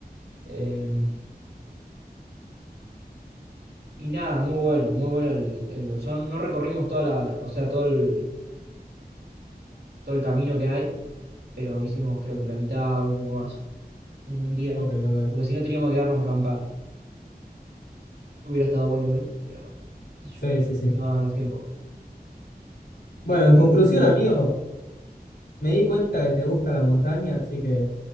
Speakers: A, on the right (about 85°); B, on the left (about 85°).
A: Eh, y nada, muy bueno, muy bueno el, el bolsón. No recorrimos toda la, o sea, todo el, todo el camino que hay, pero hicimos creo que la mitad, un poco más, en un día.
B: Ok, ok.
A: Porque si no teníamos que quedarnos a acampar. Hubiera estado bueno igual, pero bueno, qué sé yo.
B: Sí, sí, sí.
A: No daban los tiempos.
B: Bueno,
A: Y...
B: en conclusión,
A: mm,
B: amigo, Me di cuenta que te gusta la montaña, así que